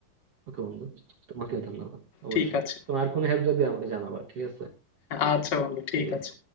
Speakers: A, on the right; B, on the left.
A: ওকে বন্ধু তোমাকেও ধন্যবাদ অবশ্যই
B: ঠিক আছে
A: তোমার কোনো হেল্প লাগবে আমাকে জানাবা ঠিক আছে
B: আচ্ছা বন্ধু ঠিক
A: ঠিক আছে
B: আছে